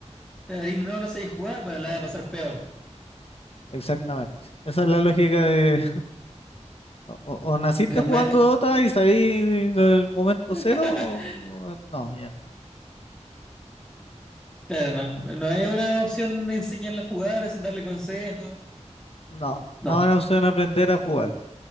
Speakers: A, in the centre; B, on the left.
A: claro, y no, no sabéis jugar, bueno, la voy a pasar peor.
B: Exactamente. Esa es la lógica de <laughs> o, o- o naciste
A: En
B: jugando
A: vez-
B: Dota y salí del momento cero,
A: <laughs>
B: o no, ya no.
A: Claro, no, no es una opción enseñarla a jugar, es darle consejos.
B: No,
A: No.
B: no van a opción aprender a jugar.